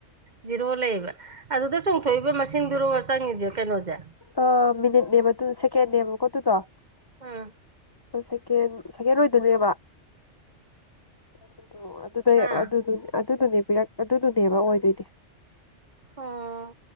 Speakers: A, on the right; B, on the left.
A: ꯖꯤꯔꯣ ꯂꯩꯌꯦꯕ ꯑꯗꯨꯗ ꯆꯣꯡꯊꯣꯛꯏꯕ ꯃꯁꯤꯡꯗꯨꯔꯣ ꯆꯪꯉꯤꯁꯦ ꯀꯩꯅꯣꯁꯦ
B: ꯑ ꯃꯤꯅꯤꯠ ꯅ‌ꯦꯕ ꯑꯗꯨꯗꫭ ꯁꯀꯦꯟ ꯅꯦꯕ ꯀꫭ ꯑꯗꯨꯗꫭ
A: ꯎꯝ
B: ꯁꯦꯀꯦꯟ ꯁꯦꯀꯦꯟ ꯑꯣꯏꯗꫭꯏꯅꯦꯕ ꯑꯗꫭ ꯑꯗꯨꯗꯩ
A: ꯍꯥ
B: ꯑꯗꯨ ꯑꯗꯨꯗꯨꯅꯦ ꯄꯤꯔꯛ ꯑꯗꯨꯗꯨꯅꯦꯕ ꯑꯣꯏꯗꯣꯏꯗꯤ
A: ꯑꯣ